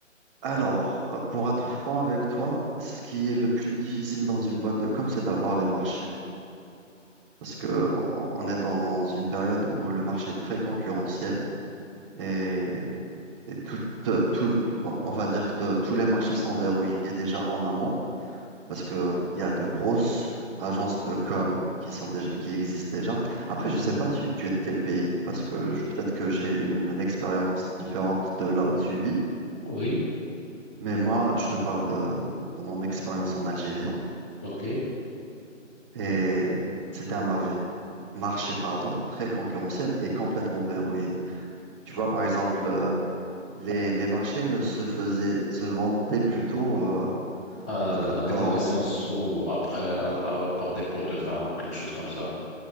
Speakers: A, on the right (about 25°); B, in the centre.
A: Alors, euh, pour être franc avec toi, ce qui est le plus difficile dans une boîte de com, c'est d'avoir les marchés. Parce que on on est dans une période où le marché est très concurrentiel et, et tout, euh, tout- on va dire que euh, tous les marchés sont verrouillés déjà en amont parce que il y a de grosses agences de com qui sont déjà, qui existent déjà. Après, je sais pas, tu, tu es de quel pays parce que je- peut-être que j'ai une, une expérience différente de là où tu vis.
B: Oui,
A: Mais moi, je te parle de, de mon expérience en Algérie.
B: ok.
A: Et c'était un marché, marché pardon, très concurrentiel et complètement verrouillé. Tu vois, par exemple, euh, les, les marchés ne se faisaient, se vendaient plutôt euh,
B: À,
A: à tra-
B: à des
A: dans,
B: connaissances ou après, à- à- par dépôt de vin ou quelque chose comme ça.